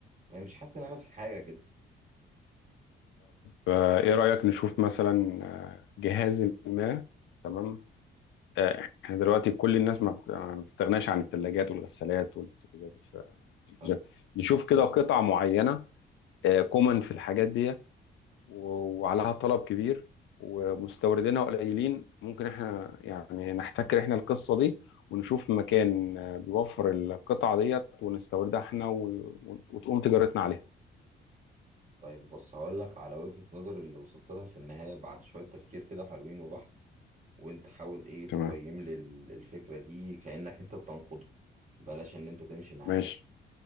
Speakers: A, on the right; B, on the left.
A: يعني مش حاسس ان انا ماسك حاجه كده
B: فايه رأيك نشوف مثلا آه، جهاز ما تمام آه، احنا دلوقتي كل الناس ما بت- ما بتستغناش عن الثلاجات والغسالات والبوتاجازات والف- والتلفزيونات
A: حلو
B: نشوف كده قطع معينة كومن في الحاجات ديت و- وعليها طلب كبير ومستوردينها قليلين ممكن احنا يعني نحتكر احنا القصة دي ونشوف مكان آه، بيوفر القطعة ديت ونستوردها احنا و- وتقوم تجارتنا عليها
A: طيب بص هقول لك على وجهه نظر اللي وصلت لها في النهايه بعد شويه تفكير كده حلوين وبحث وانت حاول ايه
B: تمام
A: تقيم لي ال- الفكرة دي كأنك انت بتنقده بلاش ان انت تمشي معايا
B: ماشي